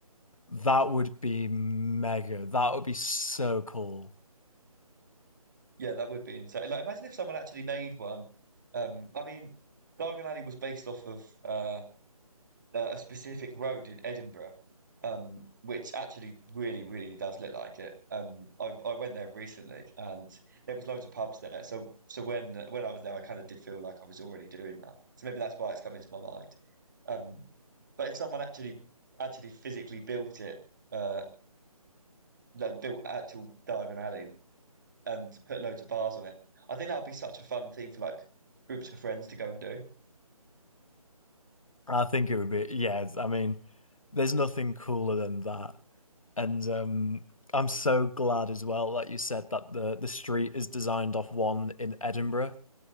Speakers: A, on the left (about 60°); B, on the right (about 30°).
A: That would be mega. That would be so cool.
B: Yeah, that would be insane. Like, imagine if someone actually made one. Um, I mean, Diagon Alley was based off of uh, a a specific road in Edinburgh, um, which actually really, really does look like it. Um, I, I went there recently, and there was loads of pubs there. So, so when when I was there, I kind of did feel like I was already doing that. So maybe that's why it's come into my mind. Um, but if someone actually actually physically built it, uh, like built actual Diagon Alley and put loads of bars on it. I think that would be such a fun thing for like groups of friends to go and do.
A: I think it would be yeah, I mean, there's nothing cooler than that. And um I'm so glad as well that you said that the the street is designed off one in Edinburgh.